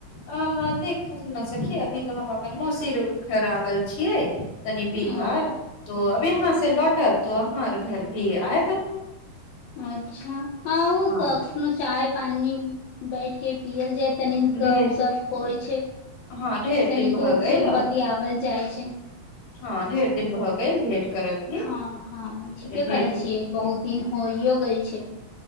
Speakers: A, on the left; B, on the left.
A: अ देख ने सखिय अभी तऽ हम अपन मौसीर खड़आवल छियै तनी बिहार
B: ओ
A: तो अब यहाँ से लौटब तो आहाँ घर भी आयब
B: अच्छा आऊ ओ
A: हँ
B: कखनो चाय पानी बैठ के पियल जाय तनि
A: ढेर
B: गप सप होइ छै
A: हँ ढेर
B: तनि
A: दिन भऽ
B: दुःख
A: गेल
B: सुख बतियावल जाइ छै
A: हँ ढेर दिन भऽ गेल भेट करल भी
B: हँ हँ
A: कनि
B: ठीके कहे
A: उट
B: छियै बहुत दिन हो इो गेल छै